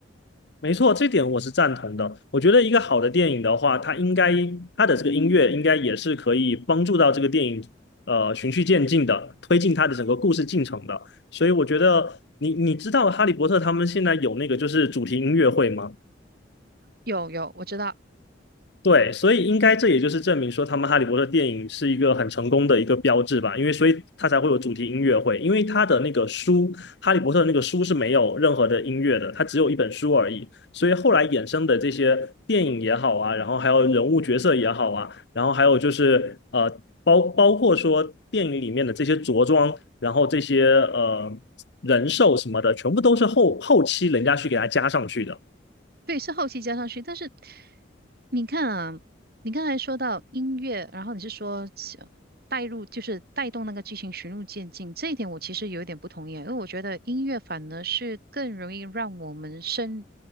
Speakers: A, on the left; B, on the right.
A: 没错，这点我是赞同的。我觉得一个好的电影的话，它应该它的这个音乐应该也是可以帮助到这个电影呃循序渐进的推进它的整个故事进程的。所以我觉得你你知道哈利波特他们现在有那个就是主题音乐会吗？
B: 有有，我知道
A: 对，所以应该这也就是证明说，他们《哈利波特》电影是一个很成功的一个标志吧，因为所以它才会有主题音乐会，因为它的那个书《哈利波特》那个书是没有任何的音乐的，它只有一本书而已，所以后来衍生的这些电影也好啊，然后还有人物角色也好啊，然后还有就是呃，包包括说电影里面的这些着装，然后这些呃人兽什么的，全部都是后后期人家去给它加上去的，
B: 对，是后期加上去，但是你看啊，你刚才说到音乐，然后你是说起带入，就是带动那个剧情循序渐进，这一点我其实有一点不同意啊，因为我觉得音乐反而是更容易让我们身